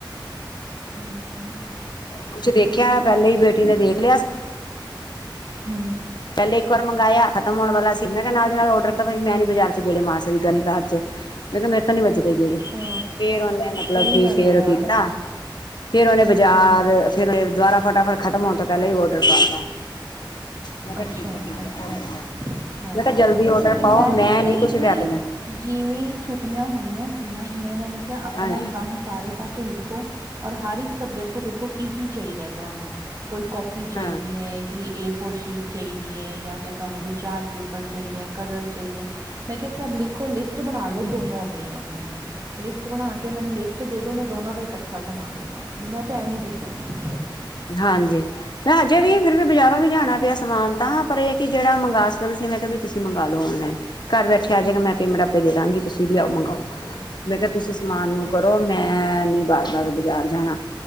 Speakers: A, on the right; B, on the left.
A: ਹੂ।
B: ਕੁਛ ਦੇਖਿਆ, ਪਹਿਲੇ। ਹੀ ਬੇਟੀ ਨੇ ਦੇਖ ਲਿਆ।
A: ਹੂ
B: ਪਹਿਲੇ ਇੱਕ ਵਾਰ ਮੰਗਾਇਆ ਖਤਮ ਹੋਣ ਵਾਲਾ ਸੀ, ਮੈਂ ਕਿਹਾ ਨਾਲ ਦੇ ਨਾਲ ਔਡਰ ਤਾਂ ਮੈਂ ਨੀ ਬਾਜ਼ਾਰ ਚ ਗੇੜੇ ਮਾਰ ਸਕਦੀ ਗਲੀ ਕਾਰ ਚ। ਮੈਂ ਕਿਹਾ ਮੇਰੇ ਤਾਂ ਨੀ ਵੱਜੇਦੇ ਗੇੜੇ।
A: ਹਾਂ
B: ਫੇਰ ਉਹਨੇ ਮਤਲਬ
A: ਸਹੀ
B: ਕੀ
A: ਗੱਲ
B: ਫੇਰ
A: ਹੈ ਯਾਰ
B: ਕੀਤਾ ਫੇਰ ਉਹ ਓਹਨੇ ਬਾਜ਼ਾਰ।
A: ਹੂੰ
B: ਫਿਰ ਦੁਬਾਰਾ ਫਟਾਫਟ ਖ਼ਤਮ ਹੋ, ਤੋਂ ਪਹਿਲਾਂ ਹੀ ਔਡਰ ਪਾਤਾ। ਮੈਂ ਕਿਹਾ
A: ਅੱਛਾ-ਅੱਛਾ,
B: ਠੀਕ ਹੈ, ਠੀਕ ਹੈ ਔਡਰ ਪਾਓ।
A: ਹਾਂ
B: ਮੈਂ ਕਿਹਾ ਜਲਦੀ ਔਡਰ
A: ਇਹ
B: ਪਾਓ,
A: ਮੈਂ, ਤੇ ਪਤਾ
B: ਨੀ
A: ਇਸ
B: ਕੁਛ ਲਿਆ
A: ਵਾਰੀ।
B: ਕੇ ਦੇਣਾ,
A: ਜਿਵੇਂ ਛੁੱਟੀਆਂ ਹੋਈਆਂ ਸੀ, ਨਾ ਮੈਂ ਇਹਨਾਂ ਨੂੰ ਕਿਹਾ ਆਪਣਾ
B: ਹਾਂਜੀ
A: ਕੰਮ ਸਾਰੇ। ਪਾਸੇ ਲਿਖੋ ਔਰ ਹਰ ਇੱਕ ਸਬਜੈਕਟ ਦੇਖੋ ਕੀ, ਕੀ ਚਾਹੀਦਾ ਹੈ ਤੁਹਾਨੂੰ। ਕੋਈ ਕੋਪੀ ਚਾਹੀਦੀ
B: ਹਾਂ।
A: ਹੈ, ਕਿ ਏ, ਫੋਰ ਸ਼ੀਟ। ਚਾਈਦੀ ਐ ਯਾ ਫਿਰ ਤੁਆਨੂੰ ਕੋਈ ਚਾਟ ਪੇਪਰ ਚਾਈਦਾ ਕਲਰ ਚਾਈਦੇ ਐ। ਮੈਂ ਕਿਆ ਸਬ ਲਿਖੋ ਲਿਸਟ ਬਣਾ ਲਓ, ਦੋਨੋ ਆਪਣੀਆਂ-ਆਪਣੀਆਂ। ਲਿਸਟ ਬਣਾ ਕੇ ਮੈਨੂੰ ਲਿਸਟ ਦੇ ਦੋ ਮੈਂ ਦੋਨਾਂ ਦਾ ਇਕੱਠਾ ਸਮਾਨ ਲੇ ਆਵਾਂਗੀ ਮੈਂ ਤੇ ਐਵੇਂ ਈ ਕੀਤਾ ਸੀ ਇਸ ਵਾਰੀ। ਵੀ
B: ਹਾਂਜੀ, ਨਾ ਹਜੇ ਵੀ ਫਿਰ ਵੀ ਬਜ਼ਾਰੋਂ ਵੀ ਲਿਆਣਾ ਪਿਆ ਸਮਾਨ ਤਾਂ ਪਰ ਏ ਕੀ ਜੇੜਾ ਮੰਗਾ <unintelligible> ਸੀ ਮੈਂ ਕਿਆ ਵੀ ਤੁਸੀਂ ਮੰਗਾ ਲੋ ਔਨਲੈਨ ਘਰ ਬੈਠੇ
A: ਹਾਂ
B: ਆ ਜਾਏਗਾ
A: ਹਾਂ
B: ਮੈਂ ਪੇਮੈਂਟ ਆਪੇ ਦੇ ਦਾਂਗੀ ਤੁਸੀਂ ਲੇਆਓ ਮੰਗਾਓ। ਮੈਂ ਕਿਆ
A: ਹਮ
B: ਤੁਸੀਂ ਸਮਾਨ ਨੂੰ ਕਰੋ, ਮੈਂ ਨੀ ਬਾਰ-ਬਾਰ ਬਜਾਰ ਜਾਣਾ।